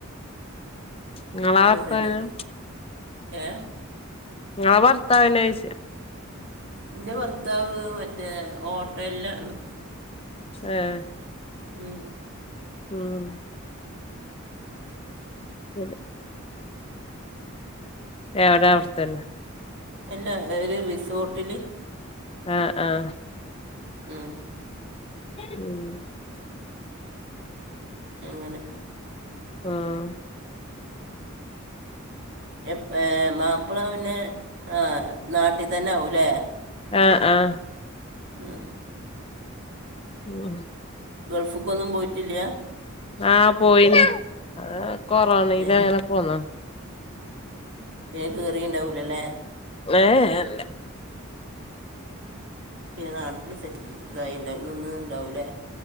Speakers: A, on the left (about 25°); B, on the right (about 60°).
A: ഇങ്ങളെ
B: അഹ്
A: ഭർത്താവിനോ
B: സെരി ഏ,
A: ഇങ്ങളെ ഭർത്താവിനോയ്ച്ച
B: ഇന്റെ ഭർത്താവ് മറ്റേ ഓട്ടൽലാണ്
A: ഏഹ്
B: ഉം
A: ഉം <inaudible> എവിടെ അവിടെത്തന്നെ
B: എല്ലാ ഒരു റിസോർട്ടിൽ
A: ആഹ് ആഹ
B: ഉം
A: ഉം
B: അങ്ങനെ
A: ആഹ
B: എ മാപ്പിള പിന്നെ ആ നാട്ടിൽ തന്നെ ആകല്ലേ
A: ആഹ ആഹ
B: ആഹ്
A: ഉം
B: ഗൾഫക്കൊന്നും പോയിട്ടില്ല
A: ആഹ പോയിന് അ കൊറോണയില
B: ഏ
A: അങ്ങനെ പോന്നോ
B: പിന്നെ കയറിയ ഉണ്ടാവൂലല്ലേ
A: ഏഹ്ഹ്
B: പിന്നെ നാട്ടിൽ സെറ്റ് ഇതായി ഉണ്ടാവും നിന്ന ഉണ്ടാവില്ലേ